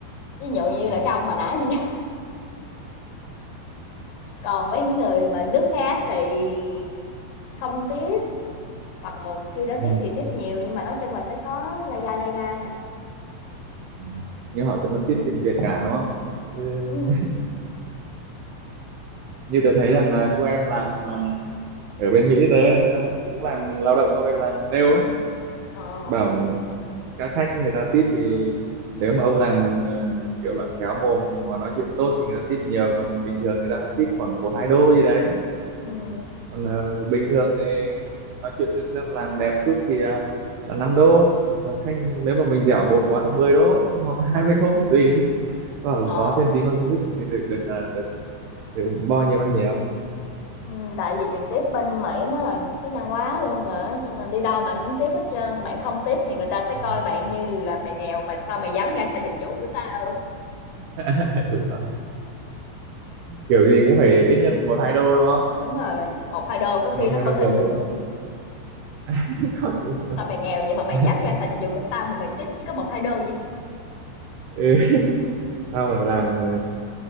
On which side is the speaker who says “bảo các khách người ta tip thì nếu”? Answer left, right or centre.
Right